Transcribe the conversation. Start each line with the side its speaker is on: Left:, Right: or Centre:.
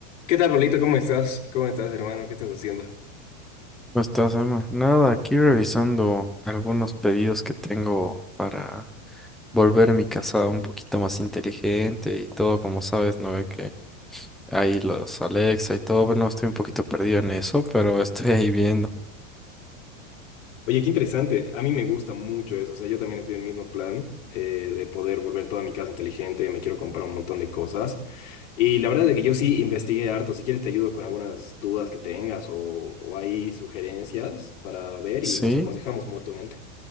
Left: ¿Qué tal, Pablito? ¿Cómo estás? ¿Cómo estás, hermano? ¿Qué estás haciendo?
Centre: ¿Cómo estás, Emma? Nada, aquí revisando algunos pedidos que tengo para volver mi casa un poquito más inteligente y todo, como sabes, no ve que hay los Alexa y todo. Bueno, estoy un poquito perdido en eso, pero <laughs> estoy ahí viendo.
Left: Oye, qué interesante. A mí me gusta mucho eso. O sea, yo también estoy en el mismo plan eh, de poder volver toda mi casa inteligente. Me quiero comprar un montón de cosas. Y la verdad es que yo sí investigué harto. Si quieres, te ayudo con algunas dudas que tengas o, o hay sugerencias para ver
Centre: Sí,
Left: y nos aconsejamos mutuamente.